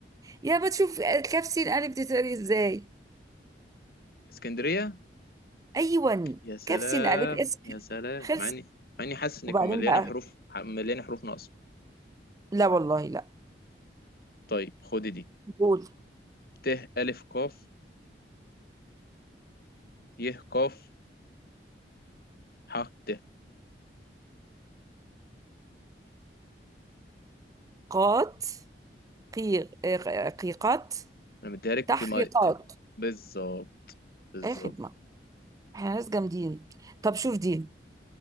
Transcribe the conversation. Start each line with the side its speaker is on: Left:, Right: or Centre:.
Right: يا بتشوف آه، كاف سين ألف دي تقري إزاي
Left: اسكندرية
Right: أيوة
Left: يا سلام
Right: كاف سين ألف اسم
Left: يا سلام
Right: خلص
Left: مع اني مع اني حاسس ان
Right: وبعدين
Left: كنت مليانة
Right: بقى
Left: حروف مليانة حروف ناقصة
Right: لا والله لا
Left: طيب خدي دي
Right: قول
Left: ت ألف قاف يه قاف ح ت
Right: قات قي... آه، قيقات
Left: انا مديها لك
Right: تحقيقات
Left: ما- بالظبط بالظبط
Right: اي خدمة احنا ناس جامدين طب شوف دي